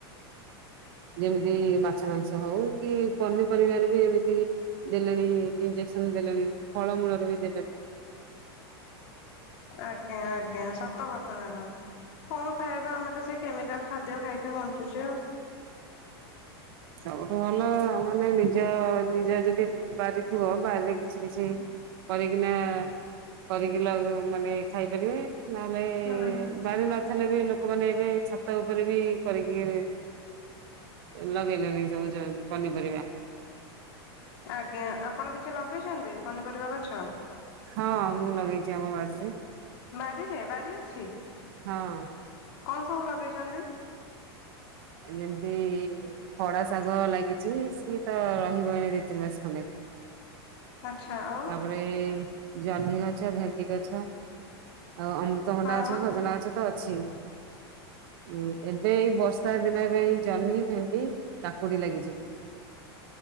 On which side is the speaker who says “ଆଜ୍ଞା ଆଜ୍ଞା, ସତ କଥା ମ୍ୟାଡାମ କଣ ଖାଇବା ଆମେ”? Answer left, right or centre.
Left